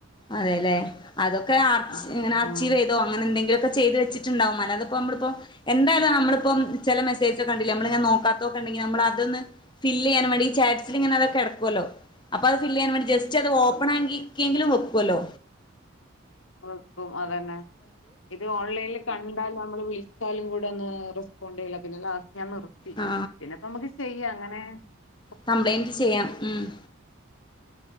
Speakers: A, on the left; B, on the left.
A: അതെ ലെ അതൊക്കെ ആർ
B: ആഹ്
A: ആർച്ചിവ്
B: ആഹ്
A: ചെയ്തോ അങ്ങനെ എന്തെങ്കിലൊക്കെ. ചെയ്ത് വച്ചിട്ട് ഇണ്ടാവും അല്ലാതെ അപ്പോ നമ്മള് ഇപ്പോ എന്തായാലും നമ്മള്പ്പം ചെല മെസ്സേജ് ഓ കണ്ടില്ലെ നമ്മള് നോക്കാത്തൊക്കെണ്ടെങ്കി നമ്മള് അതൊ ന്ന് ഫില്ല് ചെയ്യാനു വേണ്ടി ചാറ്റ്സിൽ ഇങ്ങനെ അത് കെട്ക്ക്വല്ലോ അപ്പ അത് ഫില്ല് ചെയ്യാൻ വേണ്ടി ജസ്റ്റ് ഒന്ന്
B: ആഹ്
A: ഓപ്പൺ ആയെങ്കി ക്കേങ്കിലും വെപ്പ് കൊലോ.
B: വെക്കും അതന്നെ ഇത് ഓൺലൈൻല് കണ്ടാൽ നമ്മള് വിളി സ്റ്റാലും കൂടെ ഒന്ന് റെസ്പോണ്ട് ചെയ്താൽ പിന്നെ ലാസ്റ്റ് ഞാൻ നിർത്തി
A: ആ
B: പിന്നെ ഇപ്പം നമുക്ക് ചെയ്യാ അങ്ങനെ മേ
A: കംപ്ലയിന്റ് ചെയ്യ മ്മ്